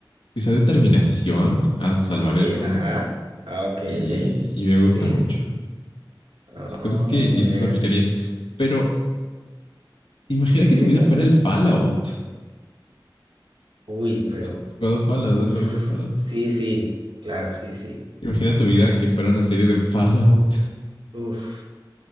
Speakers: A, on the left; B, on the right.
A: esa determinación a salvar
B: sí,
A: el mundo.
B: ajá. Ah, ok,
A: Y,
B: ok.
A: y me gusta
B: Sí.
A: mucho.
B: Ah,
A: Son cosas que quizás
B: vea.
A: aplicaría. Pero imagina
B: pues
A: que
B: Sí,
A: tu vida
B: suena.
A: fuera el Fallout.
B: Uy, pero,
A: Has jugado Fallout,
B: uff,
A: no sabes de Fallout.
B: sí, sí, claro, sí, sí,
A: Imagina tu vida que fuera una serie de Fallout.
B: uff,